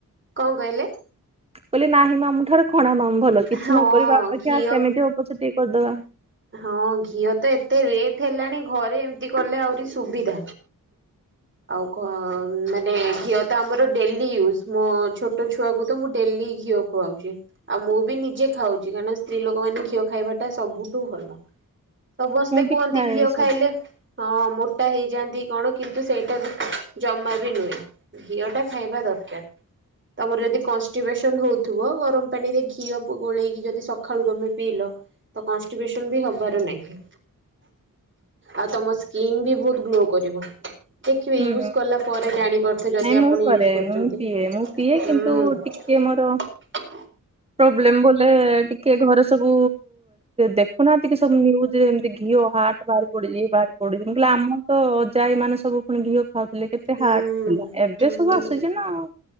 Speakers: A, on the right (about 35°); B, on the right (about 20°).
A: କଣ କହିଲେ?
B: ବୋଲି ନାହିଁ ମାମୁଁ ଠାରୁ କଣା ମାମୁଁ ଭଲ କିଛି
A: ହଁ
B: ନ କରିବା ଅପେକ୍ଷା
A: ଘିଅ
B: ସେମିତି ହଉ ପଛେ ଟିକେ କରିଦବା।
A: ହଁ ଘିଅ ତ ଏତେ ରେଟ୍ ହେଲାଣି। ଘରେ ଏମତି କଲେ ଆହୁରି ସୁବିଧା ଆଉ ମାନେ ଘିଅ ତ ଆମର ଡେଲି ୟୁଜ ଛୋଟ ଛୁଆକୁ ମୁଁ ତ ଡେଲି ଘିଅ ଖୁଆଉଛି ଆଉ ମୁଁ ବି ନିଜେ ଖାଉଛି କାରଣ ସ୍ତ୍ରୀ ଲୋକମାନେ ଘିଅ ଖାଇବା ଟା ସବୁଠୁ ଭଲ। ସମସ୍ତେ
B: ମୁଁ
A: କୁହନ୍ତି
B: ବି ଖାଏ
A: ଘିଅ
B: ସବୁ
A: ଖାଇଲେ ହଁ। ମୋଟା ହେଇଯାଆନ୍ତି କଣ କିନ୍ତୁ ସେଇଟା ଜମା ବି ନୁହେଁ ଘିଅ ଟା ଖାଇବା ଦରକାର ତମର ଯଦି କନଷ୍ଟିବେସନ ହୋଉଥିବା ଗରମ ପାଣିରେ ଘିଅ ଗୋଳେଇକି ଯଦି ସକାଳୁ ତମେ ପିଇଲ ତ କନଷ୍ଟିବେସନ ବି ହବାର ନାହିଁ ଆଉ ତମ ସ୍କିନ୍ ବି ବହୁତ ଗ୍ଲୋ କରିବ। ଦେଖିବେ
B: ହୁଁ
A: ୟୁଜ୍ କଲା ପରେ ଜାଣିପାରୁଥିବେ ଯଦି
B: ନାଇଁ
A: ଆପଣ
B: ମୁଁ କରେ
A: ୟୁଜ୍ କରୁଛନ୍ତି
B: ମୁଁ ପିଏ ମୁଁ ପିଏ
A: ହୁଁ।
B: କିନ୍ତୁ ଟିକେ ମୋର ପ୍ରୋବ୍ଲେମ ବୋଲେ ଟିକେ ଘରେ ସବୁ ଦେଖୁନାହାନ୍ତିେ ସବୁ ନିୁଜ ଏମିତି ଘିଅ ହାଟ ବାହାରି ପଡିଛି ବାହାରି ପଡଛି ମୁଁ କହିଲେ ଆମର ତ ଅଜାଇ ମାନେ ସବୁ ପୁଣି ଘିଅ ଖାଉଥିଲେ। ଏତେ
A: ହୁଁ
B: ହାର୍ଟ ଥିଲା ଏବେ
A: ହୁଁ
B: ସବୁ ଆସୁଛି ନା ଆଉ।